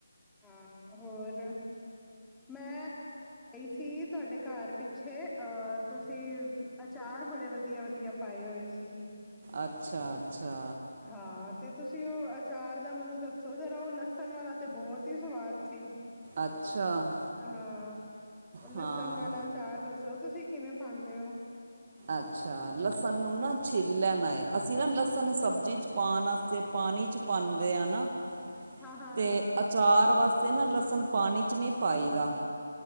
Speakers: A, in the centre; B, on the right.
A: ਹਾਂ, ਹੋਰ ਮੈਂ ਅ ਆਈ ਸੀ ਤੁਹਾਡੇ ਘਰ ਪਿੱਛੇ ਅਹ ਤੁਸੀਂ ਅਚਾਰ ਬੜੇ ਵਧੀਆ ਵਧੀਆ ਪਾਏ ਹੋਏ ਸੀਗੇ
B: ਅੱਛਾ ਅੱਛਾ
A: ਹਾਂ ਤੇ ਤੁਸੀਂ ਉਹ ਅਚਾਰ ਦਾ ਮੈਨੂੰ ਦੱਸੋ ਜਰਾ ਉਹ ਲਸਨ ਵਾਲਾ ਤੇ ਬਹੁਤ ਈ ਸਵਾਦ ਸੀ
B: ਅੱਛਾ
A: ਹਾਂ, ਉਹ ਲਸਨ
B: ਹਾਂ
A: ਵਾਲਾ ਅਚਾਰ ਦੱਸੋ ਤੁਸੀਂ ਕਿਵੇਂ ਪਾਂਦੇ ੳ
B: ਅੱਛਾ, ਲਸਨ ਨੂੰ ਨਾ ਛਿੱਲ ਲੈਨਾ ਏਂ, ਅਸੀਂ ਨਾ ਲਸਨ ਸਬਜ਼ੀ ਚ ਪਾਨ ਆਸਤੇ ਪਾਣੀ ਚ ਪਾਂਦੇ ਆ ਨਾ
A: ਹਾਂ-ਹਾਂ
B: ਤੇ ਅਚਾਰ ਵਾਸਤੇ ਨਾ ਲਸਨ ਪਾਨੀ ਚ ਨੀ ਪਾਈ ਦਾ